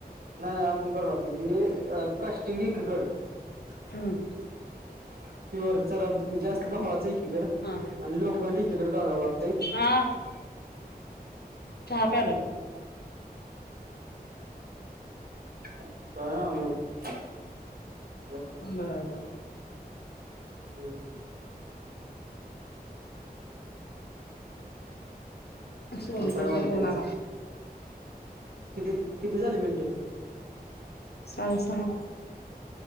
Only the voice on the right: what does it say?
नाही नाही आपण कर की तेनी कास्टिंग एकीकड
प्युर चरा जास्त भावाच एकीकड आणि
लोकखंड एकीकडे कराव लागत.
<unintelligible>
<unintelligible>
मग काय म्हणतायच
किती किती झाली मिनटं.